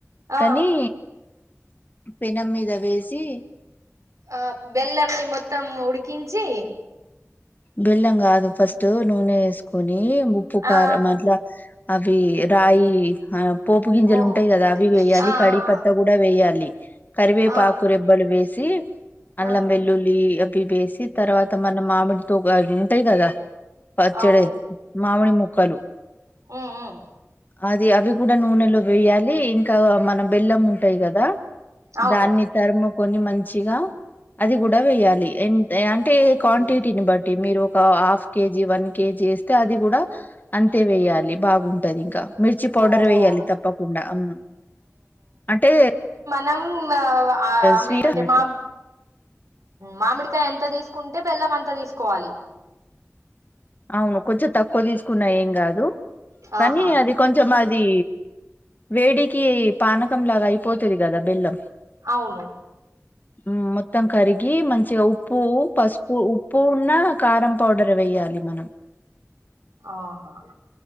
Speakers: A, on the right; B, on the left.
A: ఆ
B: కనీ పెనం మీద వేసి
A: ఆ బెల్లంని మొత్తం ఉడికించి
B: బెల్లంగాదు ఫస్ట్ నూనె ఏసుకొని ఉప్పు కారం
A: ఆ
B: అట్ల అవి రాయి ఆ పోపు గింజలు
A: ఓహో
B: ఉంటయి గదా అవి వేయాలి
A: ఆ
B: కడి
A: ఆ
B: పత్తా గూడ వేయాలి కరివేపాకు
A: ఆ
B: రెబ్బలు వేసి అల్లం
A: ఆ
B: వెల్లుల్లి తి వేసి తర్వాత మన మామిడితో గ అవి ఉంటయి గదా పచ్చడే
A: అవును
B: మామిడి ముక్కలు
A: ఉమ్ ఉమ్
B: అది అవి గూడ నూనెలో వేయాలి ఇంకా మన బెల్లం ఉంటది గదా
A: అవును
B: దాన్ని తర్ము కొని మంచిగా అది గూడ వేయాలి ఎన్ అంటే
A: ఓకే
B: క్వాంటిటీని బట్ మీరు ఒక హాఫ్ కేజీ, వన్ కేజీ వేస్తే అది గూడా అంతే వేయాలి బాగుంటదింకా మిర్చి పౌడర్
A: ఓహో
B: వేయాలి తప్పకుండా ఉమ్ అంటే
A: నం ఆ
B: స్వీట్
A: ఏమంటే
B: అన్నట్టు
A: మామ్ మామిడికాయంట్ త తీసుకుంటే బెల్లం అంత దీసుకోవాలి
B: అవును కొంచెం తక్కువ దీసుకున్నా ఏం కాదు కనీ
A: ఆహా
B: అది కొంచెం అద్ దీ వేడికి పానకంలాగా అయిపోతది కదా బెల్లం
A: అవును
B: ఉమ్ మొత్తం కరిగి గి మంచిగా ఉప్పు పసుపు ఉప్పు ఉన్న కారం పౌడర్ వేయాలి మనం
A: ఆహా